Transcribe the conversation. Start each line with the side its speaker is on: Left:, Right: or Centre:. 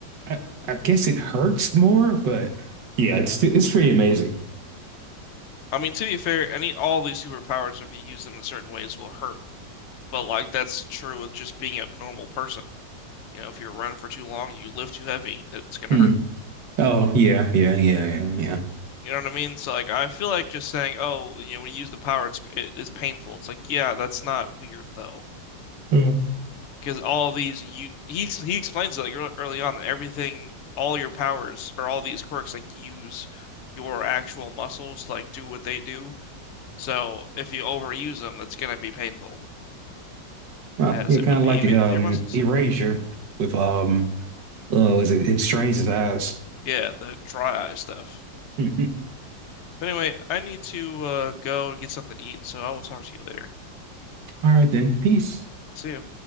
Right: I, I guess it hurts more, but yeah, it's it's pretty amazing.
Left: I mean to be fair, any all these superpowers if you use them in certain ways will hurt. But like that's true with just being a normal person. You know, if you're running for too long, you lift too heavy, it's gonna
Right: Hmm.
Left: hurt.
Right: Oh yeah, yeah, yeah, yeah, yeah.
Left: You know what I mean? So like, I feel like just saying, "Oh, you know, when you use the power, it's it, it's painful." It's like, yeah, that's not weird though,
Right: Uh,
Left: because all these you he ex- he explains it like ear- early on that everything, all your powers or all these quirks like use your actual muscles to like do what they do. So if you overuse them, it's gonna be painful,
Right: uh,
Left: as
Right: yeah,
Left: it
Right: kind
Left: would
Right: of
Left: be
Right: like
Left: wi-
Right: um
Left: with your muscles.
Right: Erasure with um uh was it It's Strange as Eyes.
Left: Yeah, the dry eye stuff.
Right: <laughs> All
Left: But anyway, I need to uh, go and get something to eat, so I will talk to you later.
Right: right then, peace.
Left: See ya.